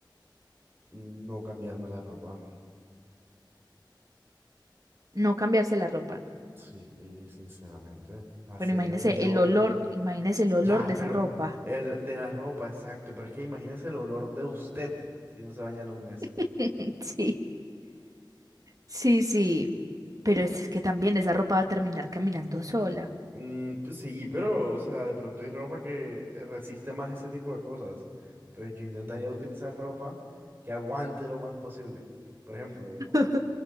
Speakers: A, on the right; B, on the right.
A: No cambiarme la ropa.
B: No cambiarse la ropa.
A: Sí, sinceramente. Así
B: Pero imagínese
A: al menos yo
B: el
A: estaré.
B: olor, imagínese el olor
A: Ya,
B: de
A: pero
B: esa ropa.
A: el de la ropa, exacto. Pero es que imagínese el olor de usted si no se baña en un mes.
B: <laughs> Sí. Sí, sí. Pero es es que también esa ropa va a terminar caminando sola.
A: Mm, pues sí, pero, o sea, de pronto hay ropa que resiste más ese tipo de cosas. Entonces yo intentaría utilizar ropa que aguante lo más posible. Por ejemplo,
B: <laughs>